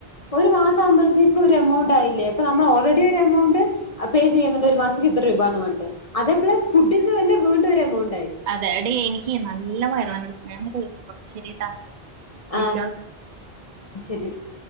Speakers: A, on the left; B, on the right.
A: ഒരു മാസം ആവുമ്പോഴത്തേക്കും ഒരു എമൗണ്ട് ആയില്ലേ ഇപ്പൊ നമ്മള് ഓൾറെഡി ഒരു എമൗണ്ട്. പേ ചെയ്യുന്നുണ്ട് ഒരു മാസക്ക് ഇത്ര രൂപാന്ന് പറഞ്ഞിട്ട് അതേ പ്ലസ് ഫുഡിന്ന് തന്നെ വീണ്ടും ഒരു എമൗണ്ട് ആയി.
B: അതെ ടി എനിക്ക് നല്ല വയറുവേദന എടുക്കണ്ട് ഞാനൊന്ന് കുളിക്കട്ടെ ശരിട്ടാ. വിളിക്കാം
A: ആഹ് ശരി